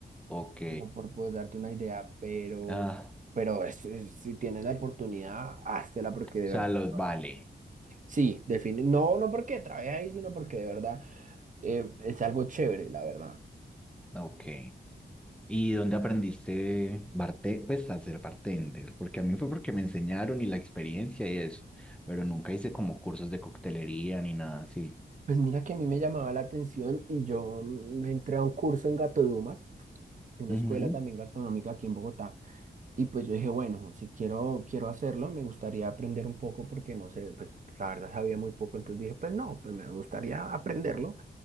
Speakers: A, in the centre; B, on the right (about 45°).
A: Ok.
B: como por poder darte una idea, pero,
A: Ah,
B: pero es- es- si tienes la oportunidad, háztela porque
A: o
B: de
A: sea,
B: verdad.
A: los
B: que vale.
A: vale.
B: Sí, define. No, no porque trae ahí, sino porque de verdad eh, es algo chévere, la verdad.
A: Ok. ¿Y dónde aprendiste barte pues a ser bartender? Porque a mí fue porque me enseñaron y la experiencia y eso, pero nunca hice como cursos de coctelería ni nada así.
B: Pues mira que a mí me llamaba la atención y yo me entré a un curso en Gato Dumas, una
A: Ujú,
B: escuela también gastronómica aquí en Bogotá, y pues yo dije, bueno, si quiero, quiero hacerlo, me gustaría aprender un poco porque no sé, pues la verdad sabía muy poco, entonces dije, pues no, pues me gustaría aprenderlo.